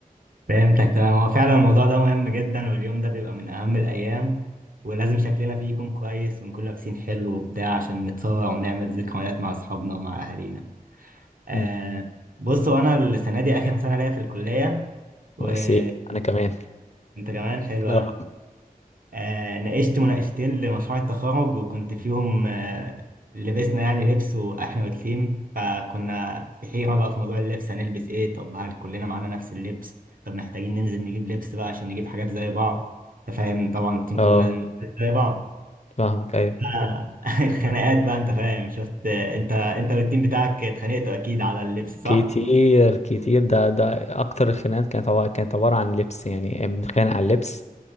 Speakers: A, on the right; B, on the left.
A: فهمتك تمام هو فعلا الموضوع ده مهم جدا واليوم ده بيبقى من اهم الايام ولازم شكلنا فيه يكون كويس ونكون لابسين حلو وبتاع عشان نتصور ونعمل ذكريات مع اصحابنا ومع اهالينا آه
B: امم
A: بصوا انا السنه دي اخر سنه ليا في الكليه وانت
B: سيم انا كمان
A: كمان حلو
B: اه
A: قوي آه، ناقشت مناقشتين لمشروع التخرج وكنت فيهم آه، لبسنا يعني لبس واحنا والتيم فكنا في حيرة بقى في موضوع اللبس هنلبس ايه طب هل كلنا معانا نفس اللبس طب محتاجين ننزل نجيب لبس بقى عشان نجيب حاجات زي بعض انت فاهم طبعا التيم
B: اه
A: كله لازم يلبس زي بعض
B: فاهمك ايوه
A: آه، <laughs> الخناقات بقى انت فاهم شفت آه، انت انت والتيم بتاعك اتخانقتوا اكيد على اللبس صح؟
B: كتير كتير ده ده اكتر الخناقات كانت عبارة كانت عبارة عن لبس يعني بنتخانق على اللبس